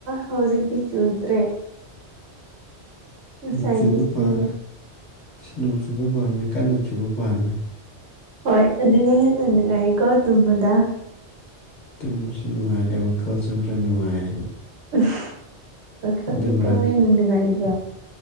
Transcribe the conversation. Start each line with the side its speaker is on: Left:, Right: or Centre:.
Right: ꯍꯧꯖꯤꯛꯇꯤ ꯆꯨꯗ꯭ꯔꯦ ꯉꯁꯥꯏꯗꯤ
Left: ꯅꯣꯡ ꯆꯨꯕ
Right: ꯆꯨꯋꯦ
Left: ꯄꯥꯝ ꯅꯣꯡ ꯆꯨꯕ ꯄꯥꯝꯃꯦ ꯀꯟꯅ ꯆꯨꯕ ꯄꯥꯝꯃꯦ
Right: ꯍꯣꯏ ꯑꯗꯨꯅ ꯍꯦꯟꯅ ꯅꯨꯡꯉꯥꯏꯀꯣ ꯇꯨꯝꯕꯗ
Left: ꯇꯨꯝꯕꯁꯨ ꯅꯨꯡꯉꯥꯏꯔꯦ ꯋꯥꯈꯜꯁꯨ ꯈꯔ ꯅꯨꯡꯉꯥꯏ
Right: <unintelligible> ꯋꯥꯈꯜꯗꯤ
Left: ꯑꯗꯨ ꯃꯔꯛ
Right: ꯀꯃꯥꯏꯅ ꯅꯨꯡꯉꯥꯏꯕ